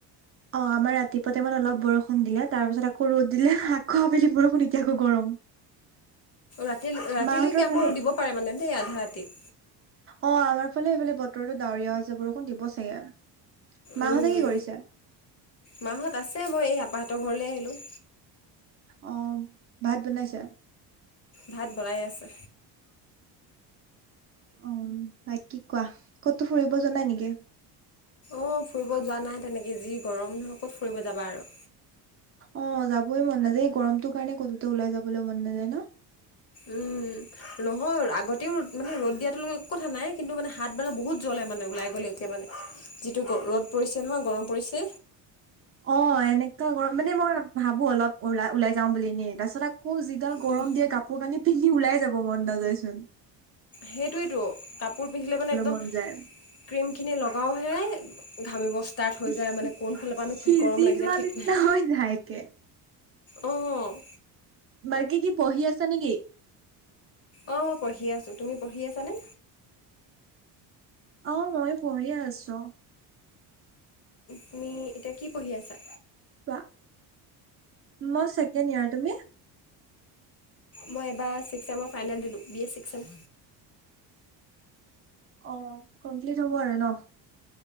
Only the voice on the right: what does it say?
অ আমাৰ ৰাতিপুৱা টাইমত অলপ বৰষুণ দিলে তাৰপিছত আকৌ ৰ'দ দিলে আকৌ আবেলি বৰষুণ এতিয়া আকৌ গৰম।
মাহঁতৰ
ভালেই
অ আমাৰ ফালে এইফালে বতৰতো ডাৱৰীয়া হৈছে বৰষুণ দিব চাগে। মাহঁতে
কি কৰিছে
অ ভাত বনাইছা?
উম বা কি কোৱা কতো ফুৰিব জাই নেকি?
অ যাবই মন নাযায়, এই গৰমটোৰ কাৰণে কতো ওলাই যাবলৈ মন নাযায় ন?
অ এনেকুৱা গৰম মানে মই ভাবো অলপ ওল ওলাই যাওঁ বুলি নে তাৰপিছত আকৌ যি ডাল গৰম
দিয়ে কাপোৰ কানি পিন্ধি ওলাই যাব মন নাযায় চোন?
মন যায়
ইচ
সিজি
যোৱা
নিচিনা
হৈ যায় একে
বাকী কি পঢ়ি আছা নেকি?
অ ময়ো পঢ়ি আছো অ।
কোৱা, মই ছেকেণ্ড ইয়াৰ তুমি?
অ কমপ্লিট হ'ব আৰু ন?